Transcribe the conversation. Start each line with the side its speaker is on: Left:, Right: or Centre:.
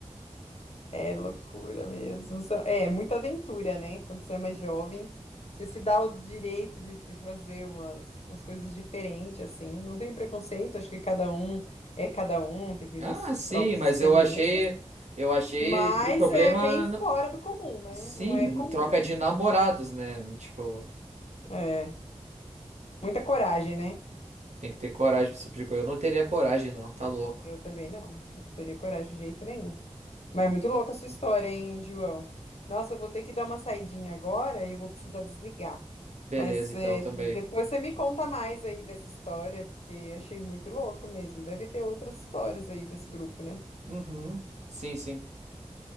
Left: É loucura mesmo. São- É muita aventura, né? Quando você é mais jovem, você se dá o direito de de fazer umas, umas coisas diferentes, assim. Não tem preconceito, acho que cada um é cada um, tem que viver
Right: Ah,
Left: suas
Right: sim,
Left: próprias
Right: mas
Left: experiências.
Right: eu achei, eu achei
Left: Mas
Right: o problema,
Left: é bem fora
Right: n-
Left: do comum, né?
Right: sim,
Left: Não é comum.
Right: troca de namorados, né? Tipo,
Left: É. Muita coragem, né?
Right: tem que ter coragem pra esse tipo de coisa. Eu não teria coragem, não, tá louco.
Left: Eu também não. Eu não teria coragem de jeito nenhum. Mas é muito louca a sua história, hein, João? Nossa, eu vou ter que dar uma saidinha agora e eu vou precisar desligar.
Right: Beleza,
Left: Mas
Right: então
Left: é,
Right: também.
Left: depois você me conta mais aí dessa história, porque achei muito louca mesmo. Deve ter outras histórias aí desse grupo, né?
Right: Uhum. Sim, sim.